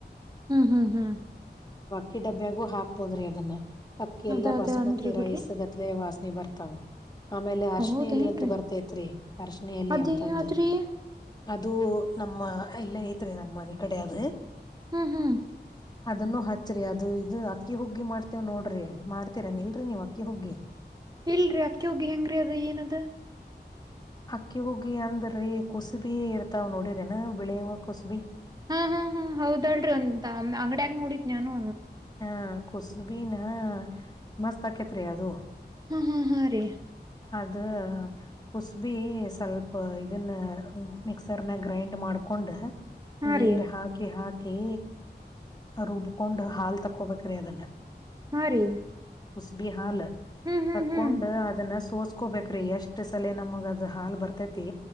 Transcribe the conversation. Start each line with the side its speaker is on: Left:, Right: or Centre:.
Right: ಹ್ಮ್ ಹ್ಮ್ ಹ್ಮ್
Left: ಕಿಡಬ್ಬ್ಯಾಗು ಹಾಕ್ಬೋದ್ರಿ ಅದನ್ನ ಅಕ್ಕಿ
Right: ಅದ
Left: ಎಲ್ಲಾ
Right: ಅದ
Left: ಬಾಸುಮತಿ
Right: ಅಂದ್ರಿ ಬಿಡ್ರಿ
Left: ರೈಸ್ ಗತ್ಲೆ ವಾಸನೆ ಬರ್ತವು ಆಮೇಲೆ ಅರ್ಶನಿಲಿ
Right: ಹೌದೇನ್ರಿ
Left: ಅಂತ ಬರ್ತೈತ್ರಿ ಅರಿಶಿನ ಎಲಿ
Right: ಅದೇ
Left: ಅಂತಂದ
Right: ಆದ್ರಿ
Left: ಅದು ನಮ್ಮ ಇಲ್ಲೇ ಐತ್ರಿ ನಮ್ಮನೆ ಈ ಕಡೆ ಅದ
Right: ಹ್ಮ್ ಹಾ
Left: ಅದನ್ನು ಹಚ್ಚ್ರಿ ಅದು ಇದು ಅಕ್ಕಿ ಹುಗ್ಗಿ ಮಾಡ್ತೇವ್ ನೋಡ್ರಿ ಮಾಡ್ತೀರ ನಿ ಇಲ್ರರಿ ನೀವ್ ಅಕ್ಕಿ ಹುಗ್ಗಿ
Right: ಇಲ್ರರಿ ಅಕ್ಕಿಹುಗಿ ಹೆಂಗ್ರರಿ ಅದ ಏನದ
Left: ಅಕ್ಕಿ ಹೋಗಿ ಅಂದ್ರೀ ಕುಸುಬಿ ಇರ್ತಾವ್ ನೋಡರೇನಾ ಬಿಳಿವ ಕುಸುಬಿ <unintelligible>
Right: ಹಾ ಹಾ ಹಾ ಹೌದಲ್ಲ ರಿ ಒಂದ ಅಂಗಡಿಯಾಗ ನೋಡಿದ್ ನಾನು
Left: ಹ ಕುಸುಬೀನ ಮಸ್ತ್ ಆಕೇತ್ರಿ ಅದು
Right: ಹಾ ಹಾ ಹಾ ರೀ
Left: ಅದ ಕುಸ್ಬಿ ಸ್ವಲ್ಪ ಇದನ್ನ ಮಿಕ್ಸರ್ನ ಗ್ರೈಂಡ್ ಮಾಡ್ಕೊ ಕೊಂಡ
Right: ಹಾ
Left: ನೀರ್
Right: ರೀ
Left: ಹಾಕಿ ಹಾಕಿ ರುಬ್ಕೊಂಡ ಹ ತಕ್ಕೋಬೇಕ್ರೀ ಅದನ್ನ
Right: ಹಾ ರೀ
Left: ಕುಸ್ಬಿ ಹಾಲ್
Right: ಹ್ಮ್ ಹ್ಮ್
Left: ತಕೊಂಡು
Right: ಹ್ಮ್
Left: ಅದನ್ನ ಸೋಸ ಕೋಬೇಕ್ರೀ ಎಷ್ಟ್ ಸಲ ನಮಗ ಅದು ಹಾಲ್ ಬರ್ತೇತಿ